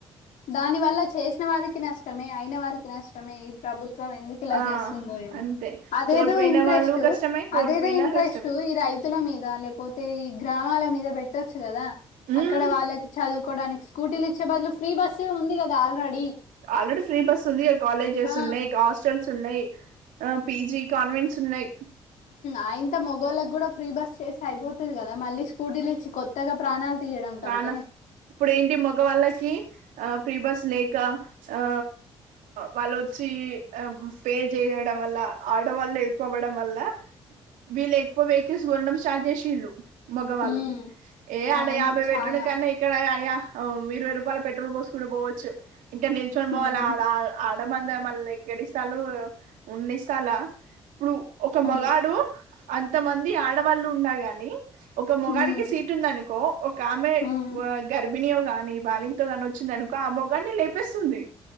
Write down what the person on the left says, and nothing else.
దాని వల్ల చేసిన వారికి నష్టమే అయిన వారికి నష్టమే ఈ ప్రభుత్వం వం ఎందుకు ఇలా
చేస్తుందో ఏమో
అదేదో
ఇంట్రెస్ట్
అదేదో ఇంట్రెస్ట్
ఈ రైతుల మీద లేకపోతే ఈ గ్రామాల మీద పెట్టొచ్చు కదా
అక్కడ వాళ్ళకి చదువు వడానికి స్కూటీలు ఇచ్చే బదులు ఫ్రీ బస్సు ఉంది కా ఆల్రెడీ
ఆ
ఆ ఇంత మొగోళ్ళ కూడా ఫ్రీ బస్ చేసి అయిపోతది కదా మళ్ళీ స్కూటీలు ఇచ్చి కొత్తగా ప్రాణాలు తీయడం
కంటే
హ్మ్
అవును చాలా
హ్మ్
అవును
హ్మ్
హ్మ్